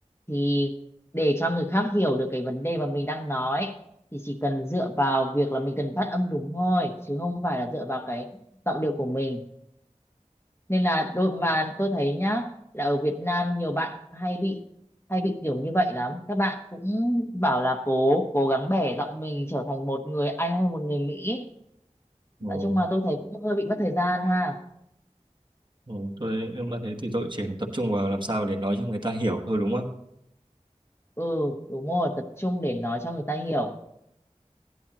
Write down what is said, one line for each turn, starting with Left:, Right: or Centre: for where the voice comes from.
Left: Thì để cho người khác hiểu được cái vấn đề mà mình đang nói thì chỉ cần dựa vào việc là mình cần phát âm đúng thôi, chứ không phải là dựa vào cái giọng điệu của mình nên là đôi mà tôi thấy nhá là ở Việt Nam nhiều bạn hay bị hay bị kiểu như vậy lắm các bạn cũng bảo là cố cố gắng bẻ giọng mình trở thành một người Anh hay một người Mỹ
Right: Ừ.
Left: nói chung mà tôi thấy cũng hơi bị mất thời gian ha
Right: Ừ, tôi em mà thế thì tôi chỉ tập trung vào làm sao để nói cho người ta hiểu thôi đúng không?
Left: ừ đúng rồi tập trung để nói cho người ta hiểu